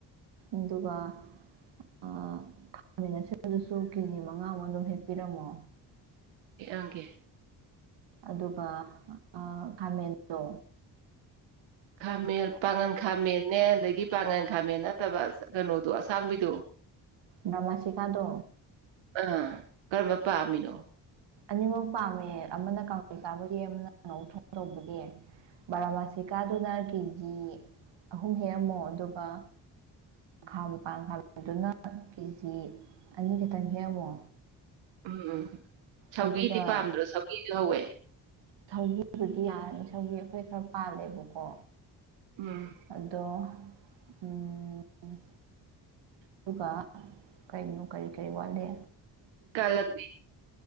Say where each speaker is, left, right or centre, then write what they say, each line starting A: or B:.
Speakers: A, on the right; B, on the right.
A: ꯑꯗꯨꯒ ꯑꯥ ꯈꯃꯦꯟ ꯑꯁꯤꯕꯗꯨꯁꯨ ꯀꯦꯖꯤ ꯃꯉꯥꯃꯨꯛ ꯑꯗꯨꯝ ꯍꯦꯛꯄꯤꯔꯝꯃꯣ
B: ꯍꯦꯛꯑꯝꯒꯦ
A: ꯑꯗꯨꯒ ꯑꯥ ꯈꯃꯦꯟꯗꯣ
B: ꯈꯃꯦꯟ ꯄꯥꯉꯜ ꯈꯃꯦꯟꯅꯦ ꯑꯗꯒꯤ ꯄꯉꯟ ꯈꯃꯦꯟ ꯅꯠꯇꯕ ꯀꯩꯅꯣꯗꯣ ꯑꯁꯡꯕꯤꯗꯣ
A: ꯅꯃꯥꯁꯤꯀꯗꯣ
B: ꯑꯥ ꯀꯔꯝꯕ ꯄꯝꯃꯤꯅꯣ
A: ꯑꯅꯤꯃꯛ ꯄꯝꯃꯦ ꯑꯃꯅ ꯀꯥꯡꯁꯣꯏ ꯆꯥꯕꯒꯤ ꯑꯃꯅ ꯉꯧ ꯊꯣꯡ ꯇꯧꯕꯒꯤ ꯕꯥꯔꯃꯁꯤꯀꯗꯨꯅ ꯀꯦꯖꯤ ꯀꯦꯖꯤ ꯑꯍꯨꯝ ꯍꯦꯛꯑꯝꯃꯣ ꯑꯗꯨꯒ ꯈꯃꯦꯟ ꯄꯥꯉꯟ ꯈꯃꯦꯟꯗꯨꯅ ꯀꯦꯖꯤ ꯑꯅꯤꯈꯛꯇꯪ ꯍꯦꯛꯑꯝꯃꯣ
B: ꯎꯝ ꯁꯧꯒ꯭ꯔꯤꯗꯤ
A: ꯑꯗꯨꯒ
B: ꯄꯥꯝꯗ꯭ꯔꯣ ꯁꯧꯒ꯭ꯔꯤꯖꯨ ꯍꯧꯋꯦ
A: ꯁꯧꯒꯤꯕꯨꯗꯤ ꯌꯥꯔꯅꯤ ꯁꯧꯒ꯭ꯔꯤ ꯑꯈꯣꯏ ꯈꯔ ꯄꯜꯂꯦꯕꯀꯣ
B: ꯎꯝ
A: ꯑꯗꯣ ꯎꯝ ꯑꯗꯨꯒ ꯀꯣꯅꯣ ꯀ꯭ꯔꯤ ꯀ꯭ꯔꯤ ꯋꯠꯂꯤ
B: ꯀꯥꯂꯟ